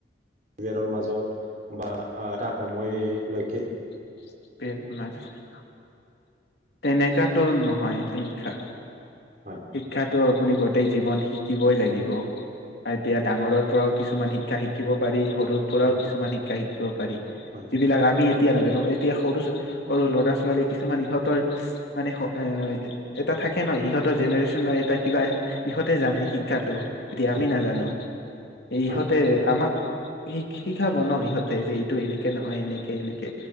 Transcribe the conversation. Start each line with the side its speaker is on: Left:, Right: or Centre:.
Right: বেৰৰ মাজত বা এটা সময় লৈকে।
Left: <unintelligible> তেনেকুৱা তো নহয় শিক্ষা।
Right: হয়।
Left: শিক্ষাটো আপুনি গোটেই জীৱন শিকিবই লাগিব।
Right: উম।
Left: এতিয়া ডাঙৰৰ পৰা ও কিছুমান শিক্ষা শিকিব পাৰি, সৰুৰ পৰা
Right: হয়
Left: ও কিছুমান শিক্ষা শিকিব পাৰি।
Right: হয়।
Left: যিবিলাক আমি এতিয়া নাজানো, এতিয়া সৰু সৰু ল'ৰা ছোৱালী কিছুমান ইহঁতৰ মানে এ এটা থাকে ন ইহঁত ৰ জেনেৰেশ্যন এটা কিবা, এইহঁতে জানে শিক্ষাতো। এতিয়া
Right: হয়
Left: আমি নাজানোঁ, এই
Right: হয়
Left: ইহঁতে আমাক শি শিকাব ন, ইহঁতে যে এইটো এনেকে নহয় এনেকে এনেকে।